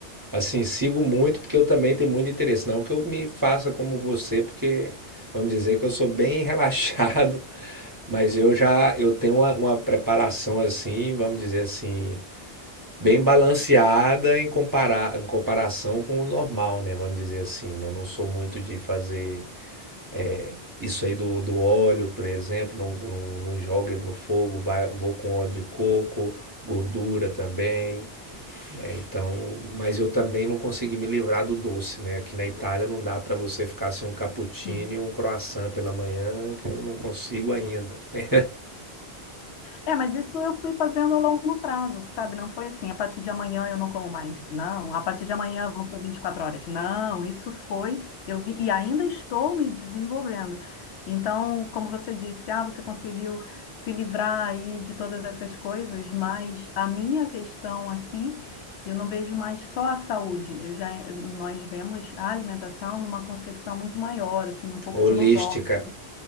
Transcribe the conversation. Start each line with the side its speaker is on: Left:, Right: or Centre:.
Right: assim, sigo muito porque eu também tenho muito interesse, não que eu me faça como você, porque vamos dizer que eu sou bem <laughs> relaxado, mas eu já eu tenho uma, uma preparação assim, vamos dizer assim, bem balanceada em compara- em comparação com o normal, né? Vamos dizer assim, né? Não sou muito de fazer é, isso aí do, do óleo, por exemplo, não, não, não jogo ele no fogo, vai, vou com óleo de coco, gordura também, né? Então, mas eu também não consegui me livrar do doce, né? Aqui na Itália não dá para você ficar sem um cappuccino
Left: Uhum.
Right: e um croissant pela manhã, que eu não consigo ainda. Tem-
Left: É, mas isso eu fui fazendo a longo prazo, sabe? Não foi assim, a partir de amanhã eu não como mais, não. A partir de amanhã vão ser 24 horas. Não, isso foi, eu vi, e ainda estou me desenvolvendo. Então, como você disse, ah, você conseguiu se livrar aí de todas essas coisas, mas a minha questão aqui, eu não vejo mais só a saúde. Eu já, nós vemos a alimentação numa concepção muito maior, assim, um pouco
Right: Holística,
Left: filosófica.